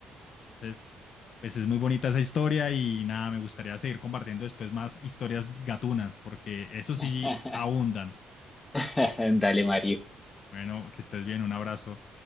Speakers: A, on the left; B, on the left.
A: Entonces, pues es muy bonita esa historia y nada, me gustaría seguir compartiendo después más historias gatunas, porque eso sí
B: <laughs>
A: abundan.
B: <laughs> Dale, Mario.
A: Bueno, que estés bien, un abrazo.